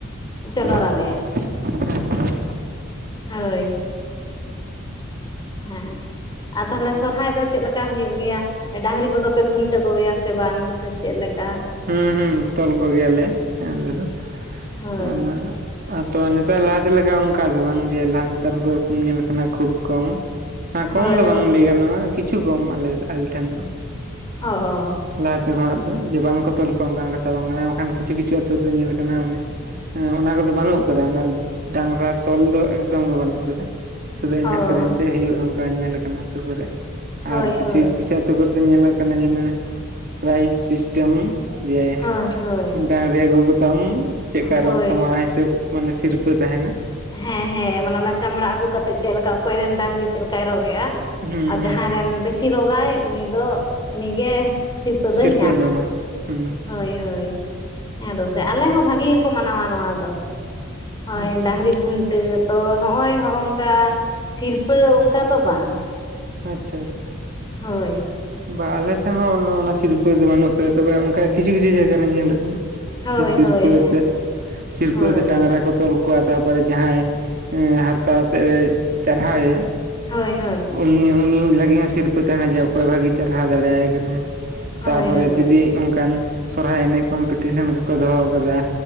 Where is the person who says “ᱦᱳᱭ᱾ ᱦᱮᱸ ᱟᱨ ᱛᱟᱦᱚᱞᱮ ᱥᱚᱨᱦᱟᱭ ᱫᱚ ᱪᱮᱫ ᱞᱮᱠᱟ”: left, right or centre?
Left